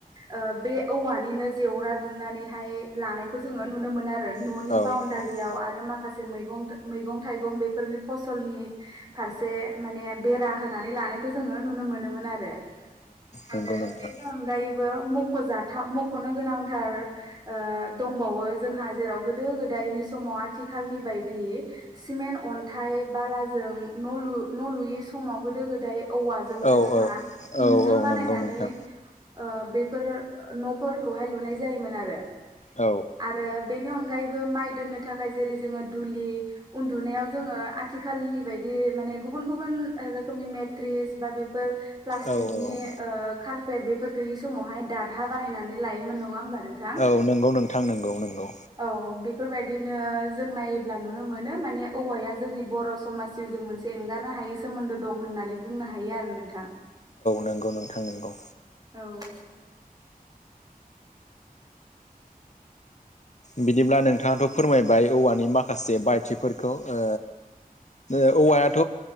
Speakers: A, on the right; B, on the left.
A: ओ बे औवानिनो जेवरा दुमनानै हायो लानायखौ जोङो नुनो मोनो आरो न'नि
B: औ-औ-औ-औ-औ-औ-औ
A: बाउणारियाव आरो मा माखासे मैगं मैगं थाइगं बेफोरनि फसलनि फारसे माने बेरा होनानै लानायखौ जोङो नुनो मोनोमोन आरो
B: नंगौ
A: आरो
B: नोंथां
A: बेनि अनगायैबो मखजाथाव मखनो गोनांथार ओ दं बावो जोंहा जेराव गोदो गोदायनि समाव आथिखालनि बायदि सिमेन्ट अन्थाइ बालाजों न न लुयि समाव गोदो गोदाय औवाजोंनो
B: औ
A: जोंहा
B: औ
A: इन्जुर
B: औ
A: बानायनानै
B: नंगौ नोंथां।
A: ओ बेफोर नफोरखौहाय लुनाय जायोमोन आरो
B: औ
A: आरो बेनि अनगायैबो माइ दोननो थाखाय जेरै जोङो दुलि उन्दुनायाव जोङो आथिखालनि बाय दि माने गुबुन गुबुन रोखोमनि मेट्रिस बा बेफोर प्लासथिकनि
B: औ औ
A: ओ खार क्लेट बेफोर गैयि समावहाय दारहा बानायनानै लायोमोन नङा होमबा नोंथां?
B: औ नोंगौ नोंथां नंगौ नंगौ
A: औ बेफोरबायदिनो जों नायोब्ला नुनो मोनो माने औवाया जोंनि बर समाजनि जिउजों मोनसे एंगारनो हायै सोमोन्दो दं होननानै बुंनो हायो आरो नोंथां
B: नंगौ औ नोंथां नंगौ
A: औ
B: बिदिब्ला नोंथाङाथ फोरमायबाय औवानि माखासे बाहायथिफोरखौ ओ ओ औवायाथ